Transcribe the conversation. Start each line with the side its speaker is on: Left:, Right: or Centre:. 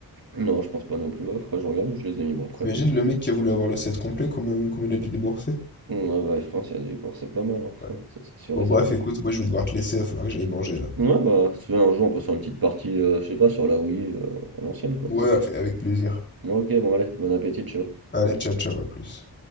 Right: Non, je pense pas non plus. Ouais, faudrait que je regarde où je les ai mis. Bon, après,
Left: T'imagines
Right: euh,
Left: le mec qui a voulu avoir le set complet, combien, combien il a dû débourser?
Right: ouais, bah, je pense qu'il y a des dépenses, c'est pas mal, hein.
Left: Ouais.
Right: <laughs> Ça, c'est sûr
Left: Bon,
Right: et
Left: bref,
Right: certain.
Left: écoute, moi je vais devoir te laisser, il va falloir que j'aille manger là.
Right: Ouais, bah, si tu veux, un jour, on peut se faire une petite partie, euh, je sais pas, sur la Wii, euh, à l'ancienne, quoi.
Left: Ouais, avec avec plaisir.
Right: Ouais, ok, bon, allez, bon appétit, ciao.
Left: Allez, ciao, ciao, à plus.